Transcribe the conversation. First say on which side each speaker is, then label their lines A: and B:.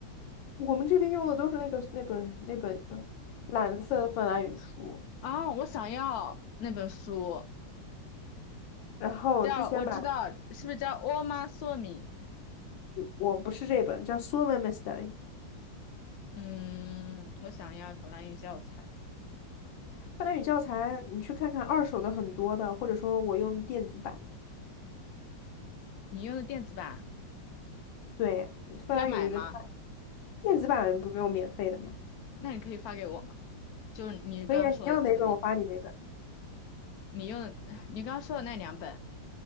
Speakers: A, on the left; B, on the left.
A: 我们这边用的都是那个那本那本呃蓝色的芬兰语书，
B: 啊？我想要那本书，
A: 然后之前买
B: 叫我知道是不是叫《欧妈索米》？
A: 我不是这本，叫《Suomen m e s t a r y
B: 嗯，我想要法兰语教材，
A: 芬兰语教材，你去看看二手的很多的，或者说我用电子版。
B: 你用的电子版
A: 对，芬兰语的
B: 要买吗？
A: 电子版不用免费的嘛。
B: 那你可以发给我吗？就是你刚刚说的那个名字，
A: 可以啊，你要哪本我发你哪本。
B: 你用的 <laughs> 你刚刚说的那两本，